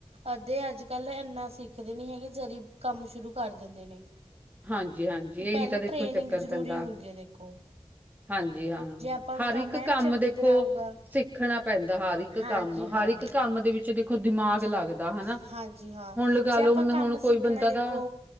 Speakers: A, on the right; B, on the right.
A: ਅੱਧੇ ਅੱਜ-ਕੱਲ੍ਹ ਇੰਨਾ ਸਿੱਖਦੇ ਨੀ ਹੈਗੇ ਜਦੀ ਕੰਮ ਸ਼ੁਰੂ ਕਰ ਦਿੰਦੇ ਨੇ,
B: ਹਾਂਜੀ-ਹਾਂਜੀ
A: ਕਿ ਪਹਿਲਾਂ
B: ਇਹੀ ਤਾਂ ਦੇਖੋ
A: ਟ੍ਰੇਨਿੰਗ
B: ਚੱਕਰ
A: ਜ਼ਰੂਰੀ
B: ਪੈਂਦਾ।
A: ਹੁੰਦੀ ਹੈ ਦੇਖੋ
B: ਹਾਂਜੀ ਹਾਂ,
A: ਜੇ ਆਪਾਂ ਨੂੰ
B: ਹਰ ਇੱਕ
A: ਐਨ
B: ਕੰਮ
A: ਚੰਗੀ
B: ਦੇਖੋ।
A: ਤਰ੍ਹਾਂ ਆਊਗਾ
B: ਸਿੱਖਣਾ ਪੈਂਦਾ, ਹਰ ਇੱਕ
A: ਹਾਂਜੀ
B: ਕੰਮ
A: ਹਾਂ
B: ਹਰ ਇੱਕ ਕੰਮ ਦੇ ਵਿੱਚ ਦੇਖੋ, ਦਿਮਾਗ
A: ਚ
B: ਲੱਗਦਾ ਹਨਾ।
A: ਹਾਂਜੀ ਹਾਂ
B: ਹੁਣ ਲਗਾ
A: ਜੇ
B: ਲੋ
A: ਆਪਾਂ ਕੰਮ
B: ਹੁਣ ਕੋਈ
A: ਸਿੱਖਣਾ
B: ਬੰਦਾ
A: ਦੇਖੋ
B: ਤਾਂ